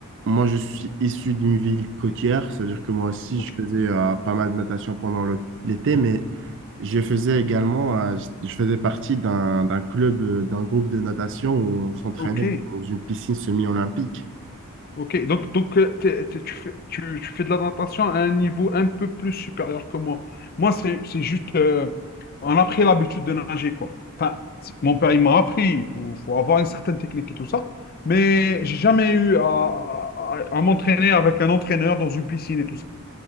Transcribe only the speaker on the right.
moi, je suis issu d'une ville côtière, c'est-à-dire que moi aussi,
je faisais euh, pas mal de natation pendant le- l'été, mais je faisais également, euh, je je faisais partie d'un d'un club, euh, d'un groupe de natation où on s'entraînait
dans une piscine semi-olympique.